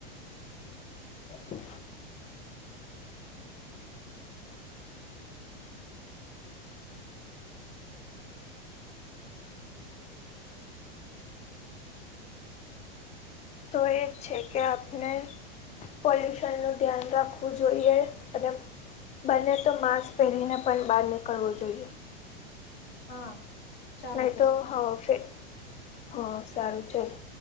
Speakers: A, on the left; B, on the left.
A: હ. તો એ જ છે કે આપણે પોલ્યુશન નું ધ્યાન રાખવું જોઈએ અને બંને તો માસ્ક પહેરીને પણ બહાર નીકળવું જોઈએ
B: હા ચાલો
A: નહી
B: પછી
A: તો હા ફે હ સારું
B: ચાલશે.
A: ચાલો